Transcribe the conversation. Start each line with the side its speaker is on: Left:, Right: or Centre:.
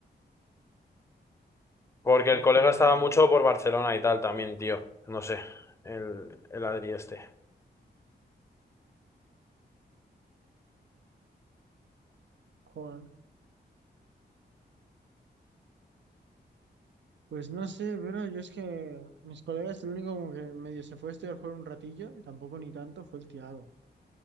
Left: Porque
Right: Joder,
Left: el colega
Right: con
Left: estaba
Right: el colegón.
Left: mucho por Barcelona y tal también, tío. No sé. El, el Adri este.
Right: Joder. Pues no sé, pero yo es que mis colegas, el único como que medio se fue a estudiar fuera un ratillo, y tampoco ni tanto, fue el Tiago.